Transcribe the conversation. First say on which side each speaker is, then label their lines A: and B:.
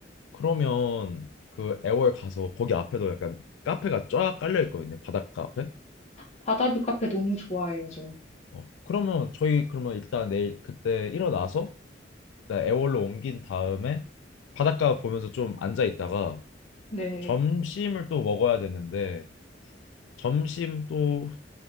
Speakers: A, on the left; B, on the left.
A: 그러면 그 애월 가서 거기 앞에도 약간 카페가 쫙 깔려 있거든요. 바닷가 앞에.
B: 바다뷰 카페 너무 좋아해요, 저.
A: 어, 그러면 저희 그러면 일단 내일 그때 일어나서 일단 애월로 옮긴 다음에 바닷가 보면서 좀 앉아 있다가
B: 네.
A: 점심을 또 먹어야 되는데 점심 또